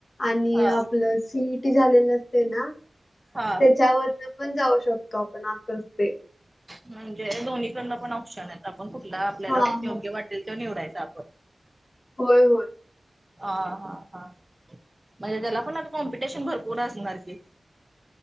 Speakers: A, on the left; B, on the right.
A: आणि
B: हा
A: आपलं सीईटी झालेलं असते ना
B: हा.
A: त्याच्यावर पण जाऊ शकतो आपण असं असते
B: म्हणजे दोन्हीकडनं पण ऑप्शन आहेत आपण कुठला आपल्याला
A: हा
B: योग्य
A: होय.
B: वाटेल तो निवडायचा आपण
A: होय होय
B: हा हा हा म्हणजे त्याला पण आता कॉम्पिटिशन भरपूर असणार की